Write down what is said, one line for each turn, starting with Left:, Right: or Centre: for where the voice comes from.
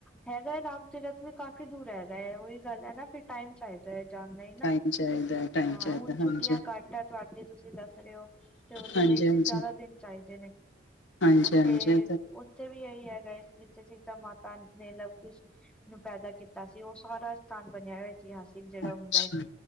Centre: ਹੈਗਾ ਰਾਮ ਤੀਰਥ ਵੀ, ਕਾਫ਼ੀ ਦੂਰ ਹੈਹਿਗਾ ਹੈ ਉਹੀ ਗੱਲ ਹੈ ਨਾ ਫਿਰ ਟਾਈਮ ਚਾਹੀਦਾ ਹੈ ਜਾਣ ਲਈ ਨਾ,
Left: ਟਾਈਮ ਚਾਹੀਦਾ ਟਾਈਮ
Centre: ਹ
Left: ਚਾਹੀਦਾ
Centre: ਹੁਣ
Left: ਹਾਂਜੀ
Centre: ਛੁੱਟੀਆਂ ਘੱਟ ਹੈ ਤੁਹਾਡੇ ਤੁਸੀਂ ਦੱਸ ਰਹੇ ਹੋ ਤੇ ਓਦੇ
Left: ਹਾਂਜੀ
Centre: ਲਈ
Left: ਹਾਂਜੀ
Centre: ਫਿਰ ਜਾਦਾ ਦਿਨ ਚਾਈਦੇ ਨੇ,
Left: ਹਾਂਜੀ
Centre: ਓਥੇ-ਓਥੇ
Left: ਹਾਂਜੀ
Centre: ਵੀ ਵੀ ਇਹੀ ਹੈਗਾ, ਇਸ ਵਿੱਚ ਿਤਾ ਮਾਤਾ ਨੇ ਲਵ ਕੁਸ਼ ਨੂੰ ਪੈਦਾ ਕੀਤਾ ਸੀ, ਉਹ ਸਾਰਾ ਸਥਾਨ ਬਣਿਆ ਹੋਇਆ ਇਤਿਹਾਸ ਜਿਹੜਾ
Left: ਅੱਛਾ
Centre: ਹੁੰਦਾ ਹੈ